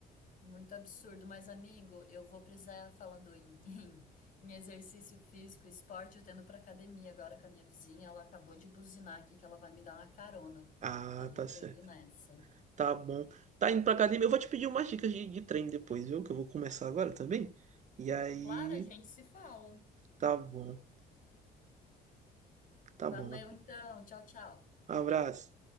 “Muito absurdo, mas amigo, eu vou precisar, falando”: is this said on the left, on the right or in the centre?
Left